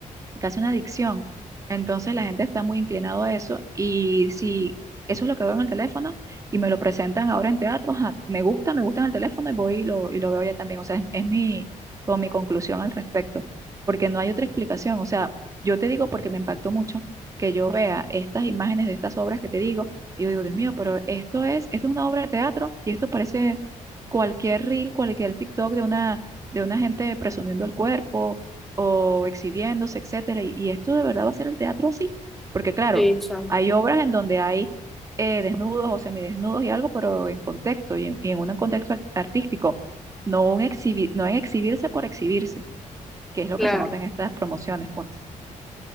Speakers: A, on the right; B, in the centre.
A: casi una adicción. Entonces la gente está muy inclinado a eso y si eso es lo que veo en el teléfono y me lo presentan ahora en teatro, ajá, me gusta, me gusta en el teléfono y voy y lo, y lo veo ya también. O sea, es, es mi, como mi conclusión al respecto, porque no hay otra explicación. O sea, yo te digo porque me impactó mucho que yo vea estas imágenes de estas obras que te digo y yo digo, Dios mío, pero esto es, esto es una obra de teatro y esto parece cualquier reel, cualquier TikTok de una, de una gente presumiendo el cuerpo o exhibiéndose, etcétera. Y, y esto de verdad va a ser el teatro así, porque claro,
B: Sí, chama,
A: hay obras en donde hay eh, desnudos o semidesnudos y algo, pero en contexto y en, y en un contexto ar- artístico, no, un exhibi- no en exhibirse por exhibirse, que es lo
B: claro.
A: que se nota en estas promociones, pues.